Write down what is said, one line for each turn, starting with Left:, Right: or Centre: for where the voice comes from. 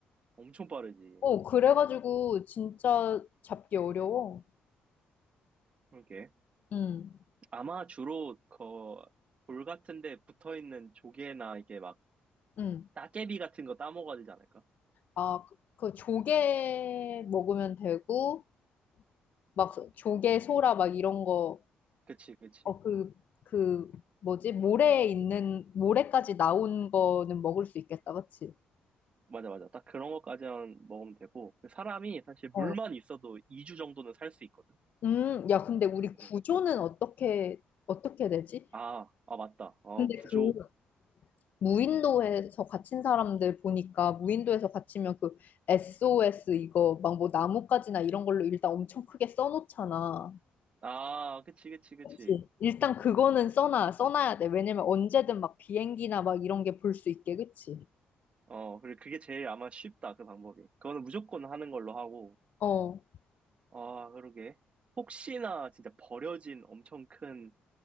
Right: 엄청 빠르지.
Left: 어 그래가지고 진짜 잡기 어려워.
Right: 그러게.
Left: 응.
Right: 아마 주로 그돌 같은 데 붙어 있는 조개나 이게 막
Left: 응.
Right: 따개비 같은 거 따먹어야 되지 않을까?
Left: 아, 그, 그 조개 먹으면 되고 막 조개 소라 막 이런 거
Right: 그치, 그치.
Left: 어 그 그 뭐지? 모래에 있는 모래까지 나온 거는 먹을 수 있겠다. 그치?
Right: 맞아, 맞아. 딱 그런 것까지만 먹으면 되고. 사람이 사실
Left: 어.
Right: 물만 있어도 2주 정도는 살 수 있거든.
Left: 음, 야, 근데 우리 구조는
Right: 응.
Left: 어떻게, 어떻게 되지?
Right: 아, 아, 맞다. 어,
Left: 근데
Right: 부족.
Left: 그 무인도에서 갇힌 사람들 보니까 무인도에서 갇히면 그 SOS 이거 막 뭐 나뭇가지나 이런 걸로 일단 엄청 크게 써놓잖아.
Right: 아, 그치, 그치, 그치.
Left: 그치? 일단 그거는 써놔, 써놔야 돼. 왜냐면 언제든 막 비행기나 막 이런 게 볼 수 있게, 그치?
Right: 어, 그리고 그게 제일 아마 쉽다, 그 방법이. 그거는 무조건 하는 걸로 하고.
Left: 어,
Right: 아, 그러게. 혹시나 진짜 버려진 엄청 큰